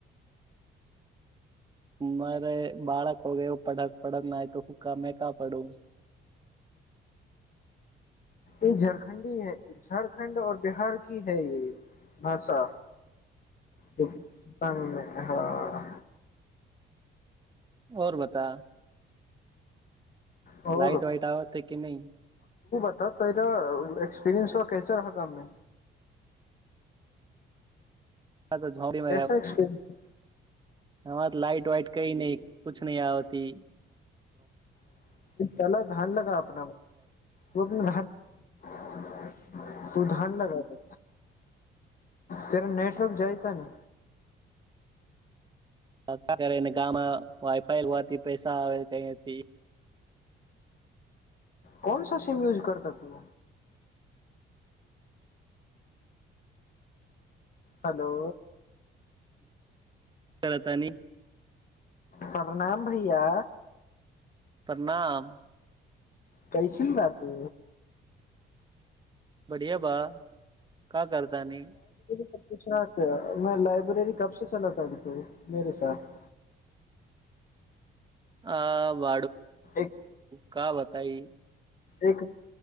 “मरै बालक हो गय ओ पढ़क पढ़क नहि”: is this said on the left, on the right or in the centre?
Right